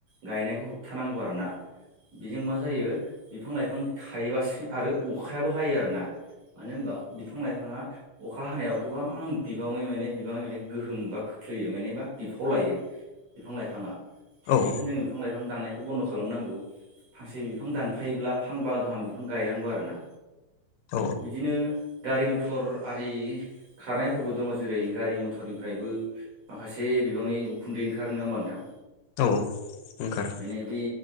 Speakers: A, on the right (about 65°); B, on the left (about 85°).
A: गायनायखौ होबथानांगौ आरोना। बेजों मा जायो बिफां लाइफां थायोबासो आरो अखायाबो हायो आरोना। मानो होनबा बिफां लाइफाङा अखा हानायाव गोबां बिबाङै माने बिबाङै माने गोहोम बा खोख्लैयो माने बा बिफाव लायो। बिफां लाइफाङा। बेनिखायनो
B: औ
A: जों बिफां लाइफां दाननायखौ बन्द' खालामनांगौ। फांसे बिफां दान फायोब्ला फांबा गाहाम बिफां गायनांगौ आरोना।
B: औ
A: बिदिनो गारि मथर आरि खारनायफोरबो दङ जेरै गारि मथरनिफ्रायबो माखासे बिबांनि उन्दै ओंखारो नङा होनबा नोंथां।
B: औ ओंखारो।
A: माने बे